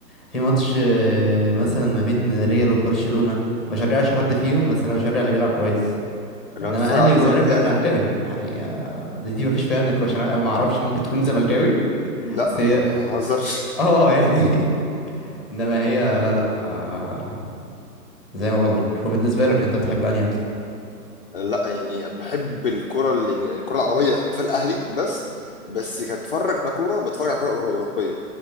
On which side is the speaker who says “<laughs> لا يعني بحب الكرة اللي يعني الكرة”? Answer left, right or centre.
Left